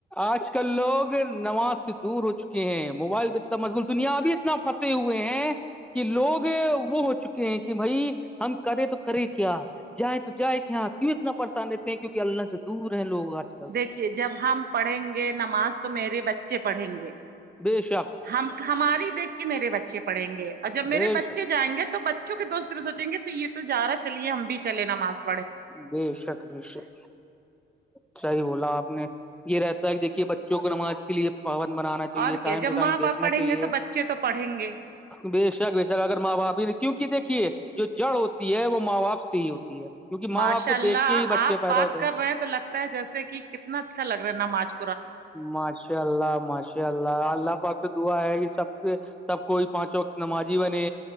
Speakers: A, in the centre; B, on the right.
A: آج کل لوگ نماز سے دور ہو چکے ہیں موبائل پہتنا مشغول دنیا ابھی ہے تنا پھنسے ہوئے ہیں کہ لوگ وہ ہو چکے ہیں کہ بھائی ہم کریں تو کرے کیا جائیں تو جائے کہ ہاں کیوں اتنا پریشان لیتے ہیں کیوںکہ اللہ سے دور ہیں لوگ آج کل
B: دیکھیے جب ہم پڑھیں گے نماز تو میرے بچے پڑھیں گے
A: بے شک
B: ہم ہماری دیکھ کے میرے بچے پڑھیں گے اور جب میرے
A: بے
B: بچے
A: شک
B: جائیں گے تو چونکہ دوست دن سوچیں گے تو یہ تو جا رہا چلیے ہم بھی چلے ن مااز
A: ب شک ب شک ا صحی بولا آپ نے یہ رہتا ہے کہ دیکھیے بچوں کو نماز کے لیے پاون بنانا چاہیے
B: اور کیا
A: ٹائم
B: جب
A: ٹو
B: ماں
A: ٹائم بیچنا
B: باپ پڑھیں
A: چاہیے
B: گے تو بچے تو پڑھیں گے
A: بے شک وشک اگر ماں باپ ہی نہیں کیونکہ دیکھیے جو جڑ ہوتی ہے وہ ماں باپ سے ہی ہوتی ہے کیونکہ
B: ماشاء
A: ماں باپ کو
B: اللہ
A: دیکھ کے ہی بچے
B: آپ
A: پیدا
B: بات
A: ہوتے
B: کر رہے ہیں تو لگتا ہے جیسے کہ کتنا اچھا لگ رہا نم آج
A: ماشاء اللہ ماشاءلہ اچا اللہ اللہ پقت دعا ہے کہ سب سب کوئی پانچ وقت نمازی بنے